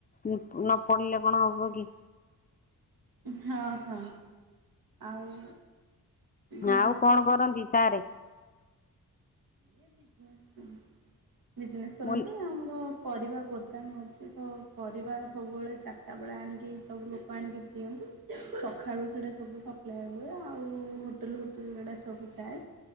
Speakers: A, on the left; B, on the right.
A: ନ ପଢିଲେ କଣ ହବ କି
B: ହଁ ହଁ ଆଉ। ଘରେ
A: ଆଉ କଣ
B: ସବୁ
A: କରନ୍ତି ସାରେ?
B: ସେ ବିଜନେସ୍ ବିଜନେସ୍ କରନ୍ତି
A: ମୁଁ
B: ଆମର ପରିବା ଗୋଦାମ ଅଛି ତ ପରିବା ସବୁବେଳେ ଚାରିଟା ବେଳେ ଆଣିକି ସବୁ ଲୋକ ଆଣିକି ଦିଅନ୍ତି। ସକାଳୁ ସେଇଟା ସବୁ ସପ୍ଲାଏ ହୁଏ ଆଉ ହୋଟେଲ ଫୋଟେଲ ଗୁଡା ସବୁ ଯାଏ।